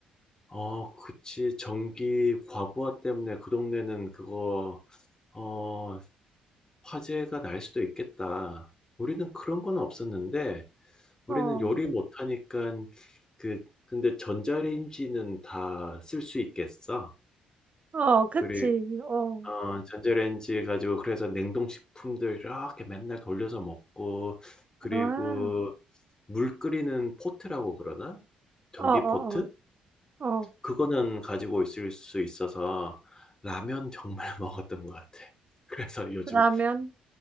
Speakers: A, on the left; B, on the right.
A: 어, 그치. 전기 과부하 때문에 그 동네는 그거, 어 화재가 날 수도 있겠다. 우리는 그런 건 없었는데 우리는
B: 어,
A: 요리 못하니까 그 근데 전자레인지는 다 쓸 수 있겠어.
B: 어, 그치.
A: 그리고
B: 어,
A: 어, 전자레인지 가지고 그래서 냉동식품들 이렇게 맨날 돌려서 먹고 그리고
B: 아,
A: 물 끓이는 포트라고 그러나? 전기
B: 어, 어,
A: 포트?
B: 어, 어.
A: 그거는 가지고 있을 수 있어서 라면 정말 <laughs> 먹었던 것 같아. 그래서 요즘
B: 라면.